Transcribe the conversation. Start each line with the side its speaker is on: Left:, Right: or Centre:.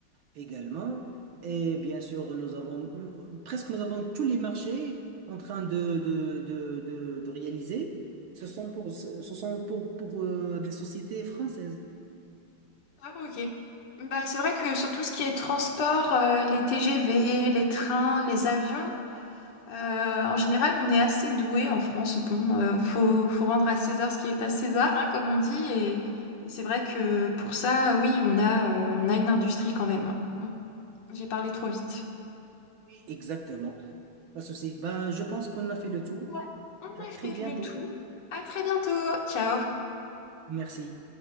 Right: également. Et bien sûr, nous avons presque nous avons tous les marchés en train de, de, de, de, de réaliser. Ce sont pour, ce sont pour, pour euh, des sociétés françaises.
Left: Ah, ok. Bah, c'est vrai que sur tout ce qui est transport, euh, les TGV, les trains, les avions, euh, en général, on est assez doué en France. Bon, euh, faut, faut rendre à César ce qui est à César, hein, comme on dit. Et, et c'est vrai que pour ça, oui, on a, euh, on a une industrie quand même. J'ai parlé trop vite.
Right: Exactement. Pas de souci. Ben, je pense qu'on a fait le tour.
Left: Ouais, on
Right: À très
Left: a fait
Right: bientôt.
Left: le tour. À très bientôt. Ciao.
Right: Merci.